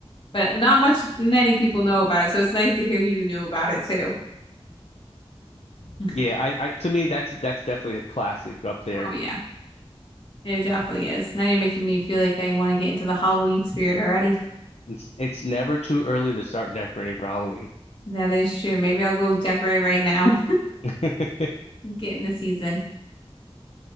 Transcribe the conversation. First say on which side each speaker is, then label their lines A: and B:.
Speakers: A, on the left; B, on the left.
A: but not much many people know about it. So it's nice to hear you know about it too. <laughs>
B: Yeah, I I to me that's that's definitely a classic up there.
A: Oh yeah. It definitely is. Now you're making me feel like I want to get into the Halloween spirit already.
B: It's it's never too early to start decorating for Halloween.
A: That is true. Maybe I'll go decorate right now,
B: <laughs>
A: <laughs> get in the season.